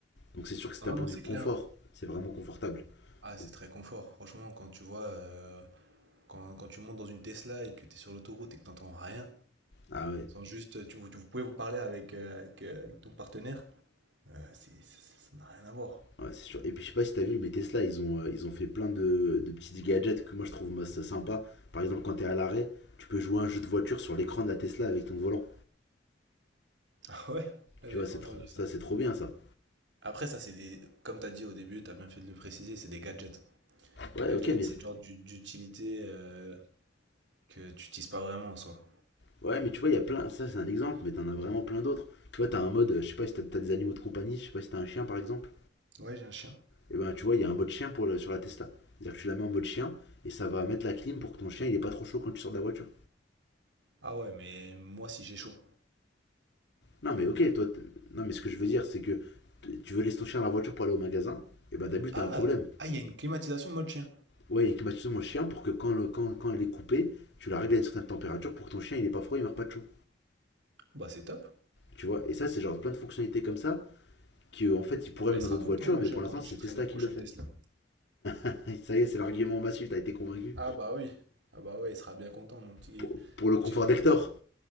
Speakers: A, on the left (about 65°); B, on the right (about 70°).
A: Donc, c'est sûr que c'est
B: Non,
A: d'un point
B: non,
A: de
B: c'est
A: vue confort,
B: clair.
A: c'est vraiment confortable.
B: Ah, c'est
A: Donc,
B: très confort. Franchement, quand tu vois, euh, quand, quand tu montes dans une Tesla et que tu es sur l'autoroute et que t'entends rien,
A: ah ouais,
B: sans juste, euh, tu, vous, vous pouvez vous parler avec, euh, avec, euh, avec ton partenaire, euh, c'est, ça ça- ça n'a rien à voir.
A: Ouais, c'est sûr. Et puis
B: <laughs>
A: je sais pas si t'as vu, mais Tesla, ils ont, euh, ils ont fait plein de, de petits gadgets que moi je trouve moi, ça sympa. Par exemple, quand t'es à l'arrêt, tu peux jouer à un jeu de voiture sur l'écran de la Tesla avec ton volant.
B: Ah ouais? Ah,
A: Tu
B: j'avais
A: vois,
B: pas
A: c'est
B: entendu
A: tr- ça,
B: ça.
A: c'est trop bien ça.
B: Après, ça, c'est des, comme t'as dit au début, t'as bien fait de le préciser, c'est des gadgets.
A: Ouais,
B: Gadgets,
A: ok, mais
B: c'est le genre d'u- d'utilité euh, que tu utilises pas vraiment en soi.
A: ouais, mais tu vois, il y a plein. Ça, c'est un exemple, mais t'en as vraiment plein d'autres. Tu vois, t'as un mode, euh, je sais pas si t'as t'as des animaux de compagnie, je sais pas si t'as un chien par exemple.
B: Ouais, j'ai un chien.
A: Et ben, tu vois, il y a un mode chien pour le, sur la Tesla. C'est-à-dire que tu la mets en mode chien et ça va mettre la clim pour que ton chien il est pas trop chaud quand tu sors de la voiture.
B: Ah ouais, mais moi, si j'ai chaud.
A: Non, mais ok, toi. t- Non, mais ce que je veux dire, c'est que t- tu veux laisser ton chien dans la voiture pour aller au magasin, et ben d'abord,
B: Ah!
A: t'as un problème.
B: Ah, il y a une climatisation mode chien.
A: Ouais, il climatise mon chien pour que quand, le- quand, quand elle est coupée, tu la règles à une certaine température pour que ton chien il est pas froid, il meurt pas de chaud.
B: Bah c'est top.
A: Tu vois, et ça, c'est genre plein de fonctionnalités comme ça, qui euh, en fait, ils pourraient
B: Ah bah
A: mettre
B: il sera
A: dans d'autres
B: content
A: voitures,
B: mon
A: mais
B: chien
A: pour l'instant,
B: quand j'achèterai
A: c'est Tesla
B: ma
A: qui
B: prochaine
A: le fait.
B: Tesla.
A: <laughs> ça y est, c'est l'argument massif, t'as été convaincu.
B: Ah bah oui. Ah bah ouais, il sera bien content mon petit
A: Pour, pour le
B: mon
A: confort
B: petit gars.
A: d'Hector.